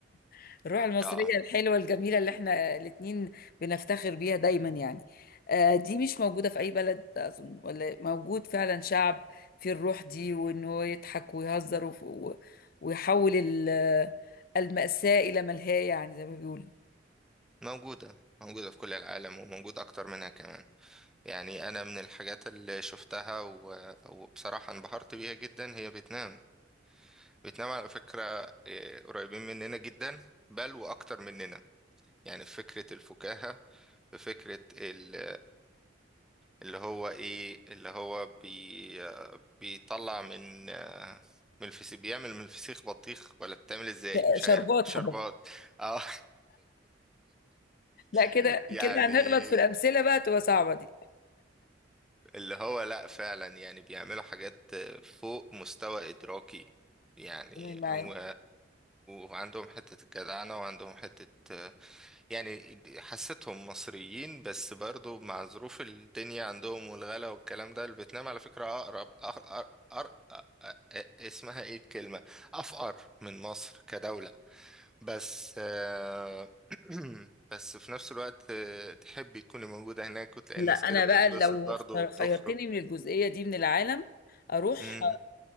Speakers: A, on the left; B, in the centre.
A: <laughs> الروح المصرية
B: اه
A: الحلوة الجميلة اللي احنا الاتنين بنفتخر بيها دايما يعني آه دي مش موجودة في أي بلد أظن ولا موجود فعلا شعب فيه الروح دي وإنه يضحك ويهزر وف- و- ويحول ال- المأساة إلى ملهاة يعني زي ما بيقولوا
B: موجودة موجودة في كل العالم وموجود أكتر منها كمان يعني أنا من الحاجات اللي شفتها و... وبصراحة انبهرت بيها جدا هي فيتنام فيتنام على فكرة إيه، قريبين مننا جدا بل وأكتر مننا يعني في فكرة الفكاهة في فكرة ال... اللي هو إيه اللي هو بي... بيطلع من آه، من الفسيخ بيعمل من الفسيخ بطيخ ولا بتعمل ازاي
A: ش-
B: مش
A: شربات
B: عارف شربات
A: حضرتك
B: اه
A: لا كده
B: <laughs> يعني
A: كده هنغلط في الأمثلة بقى تبقى صعبة دي
B: اللي هو لا فعلا يعني بيعملوا حاجات فوق مستوى إدراكي يعني
A: تمام معاك
B: و... وعندهم حتة الجدعنة وعندهم حتة يعني حسيتهم مصريين بس برضو مع ظروف الدنيا عندهم والغلا والكلام ده الفيتنام على فكرة أقرب أقرب أر... أ... أ... اسمها ايه الكلمة أفقر من مصر كدولة بس آه، <clears throat> بس في نفس الوقت آه، تحبي تكوني موجودة هناك وتلاقي
A: لا
B: الناس
A: أنا
B: كده بتنبسط
A: بقى لو
B: برضه
A: اختار-
B: وبتخرج
A: خيرتني من الجزئية دي من العالم أروح
B: امم